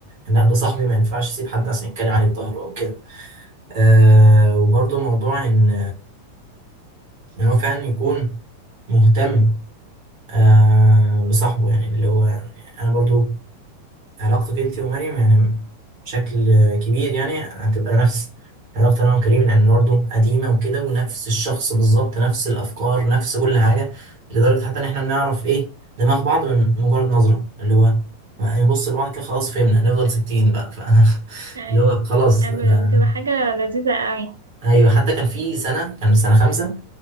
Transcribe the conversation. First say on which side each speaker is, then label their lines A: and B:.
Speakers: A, on the right (about 45°); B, on the right (about 70°).
A: إن لا ده صاحبي ما ينفعش اسيب حد اصلا يتكلم عليه في ظهره او كده أه وبرضه موضوع ان ان هو فعلا يكون مهتم أه بصاحبه يعني اللي هو يعني انا برضو علاقتك انت ومريم يعني بشكل كبير يعني هتبقى نفس علاقتي انا وكريم لان برضه قديمه وكده ونفس الشخص بالظبط نفس الافكار نفس كل حاجه لدرجه حتى ان احنا بنعرف ايه دماغ بعض من مجرد نظره اللي هو يعني نبص لبعض كده خلاص فهمنا نفضل ستين بقى ف... <laughs>
B: آه،
A: اللي هو خلاص
B: آه،
A: آه،
B: بتبقى حاجة لذيذة قوي
A: ايوه حتى كان في سنه كان سنه خمسه